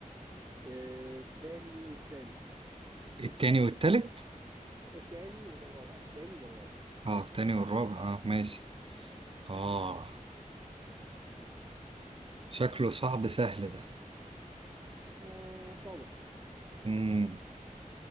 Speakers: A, on the right; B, on the right.
A: آه التاني والتاني
B: التاني والتالت
A: التاني والرابع التاني والرابع
B: اه التاني والرابع اه ماشي اه شكله صعب سهل ده
A: آه طبعا
B: مم.